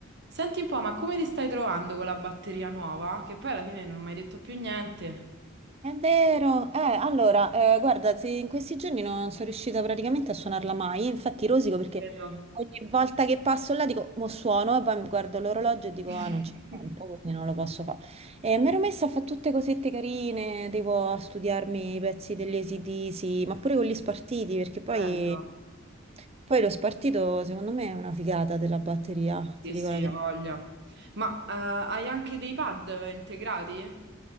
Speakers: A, on the right; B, on the right.
A: Senti un po', ma come ti stai trovando con la batteria nuova? Che poi alla fine non mi hai detto più niente.
B: È vero, eh, allora, eh, guarda, sì, in questi giorni non sono riuscita praticamente a suonarla mai, infatti rosico perché
A: Vero.
B: ogni volta che passo là dico, mo suono e poi mi guardo l'orologio e dico,
A: <laughs>
B: ah, non c'è tempo, quindi non lo posso fare. E mi ero messa a fare tutte cosette carine, tipo a studiarmi i pezzi degli ac ma pure con gli spartiti, perché poi,
A: Bello.
B: poi lo spartito secondo me è una figata della batteria,
A: Sì,
B: ti
A: sì,
B: dico la verità.
A: ha voglia. Ma eh, hai anche dei pad integrati?